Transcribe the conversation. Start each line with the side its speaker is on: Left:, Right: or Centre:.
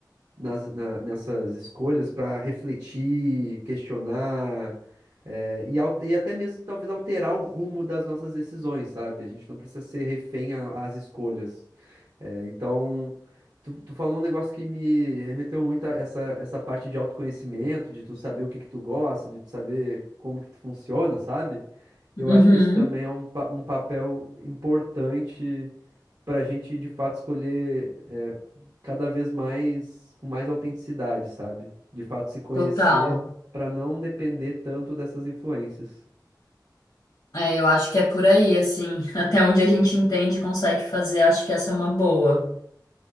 Right: nas, na- nessas escolhas para refletir, questionar, é, E, al- e até mesmo talvez alterar o rumo das nossas decisões, sabe? A gente não precisa ser refém a- às escolhas. É, então, tu, tu falou um negócio que me remeteu muito a essa, essa parte de autoconhecimento, de tu saber o que que tu gosta, de tu saber como que tu funciona, sabe? Eu
Left: uhum,
Right: acho que isso também é um, pa- um papel importante para a gente, de fato, escolher eh, cada vez mais, com mais autenticidade, sabe? De fato, se conhecer
Left: total.
Right: para não depender tanto dessas influências.
Left: É, eu acho que é por aí, assim, <laughs> até onde a gente entende e consegue fazer, acho que essa é uma boa.